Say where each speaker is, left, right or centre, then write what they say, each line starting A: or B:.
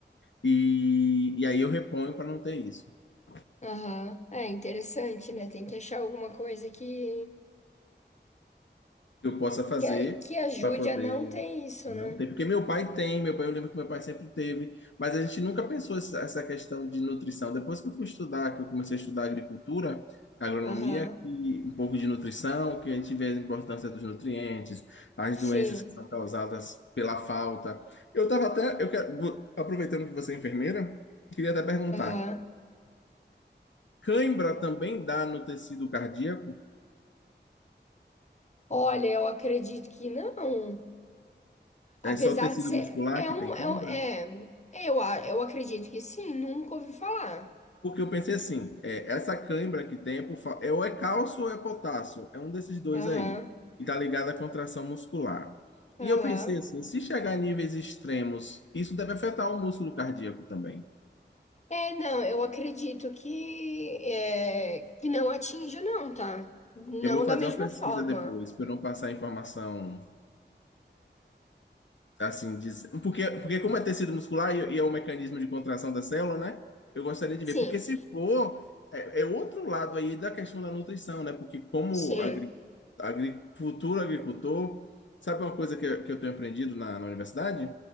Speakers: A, on the left; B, on the left.
A: E, e aí eu reponho para não ter isso. O
B: Aham. É interessante, né? Tem que achar alguma coisa que,
A: que eu possa fazer
B: que, que ajude
A: para poder.
B: a não ter isso,
A: Não
B: né?
A: tem, porque meu pai tem, meu pai, eu lembro que meu pai sempre teve, mas a gente nunca pensou essa essa questão de nutrição. Depois que eu fui estudar, que eu comecei a estudar agricultura, agronomia,
B: Aham.
A: que um pouco de nutrição, que a gente vê a importância dos nutrientes, as
B: Sim.
A: doenças que são causadas pela falta. Eu estava até, eu quero, vou- aproveitando que você é enfermeira, queria até perguntar:
B: Aham.
A: cãibra também dá no tecido cardíaco?
B: Olha, eu acredito que não. Apesar
A: É só tecido
B: de ser.
A: muscular
B: É
A: que
B: um.
A: tem cãibra?
B: É, um- é, eu, a- eu acredito que sim, nunca ouvi falar.
A: Porque eu pensei assim, é, essa cãibra que tem é, por, fa- é ou é cálcio ou é potássio, é um desses dois
B: Aham.
A: aí, e tá ligado à contração muscular.
B: Aham.
A: E eu pensei assim, se chegar a níveis extremos, isso deve afetar o músculo cardíaco também.
B: É, não, eu acredito que. É, que não atinja, não, tá? Não
A: Eu vou fazer
B: da mesma
A: uma pesquisa
B: forma.
A: depois, para não passar informação assim, diz- porque, porque como é tecido muscular e, e é um mecanismo de contração da célula, né? Eu gostaria de
B: Sim.
A: ver, porque se for, é, é outro lado aí da questão da nutrição, né? Porque como
B: Sim.
A: agri, agri- futuro agricultor, sabe uma coisa que, eu- que eu tenho aprendido na, na universidade?